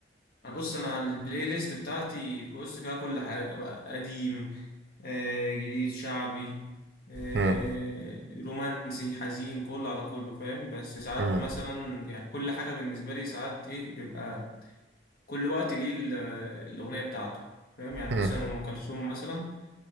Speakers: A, on the left; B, on the right.
A: يعني بص انا البلاي ليست بتاعتي بص فيها كل حاجه بقى قديم آه، جديد شعبي آه،
B: مم.
A: رومانسي حزين كله على كله فاهم بس ساعات
B: مم.
A: مثلا يعني كل حاجه بالنسبه لي ساعات ايه بيبقى كل وقت ليه ال- الاغنيه بتاعته فاهم يعني
B: مم.
A: مثلا ام كلثوم مثلا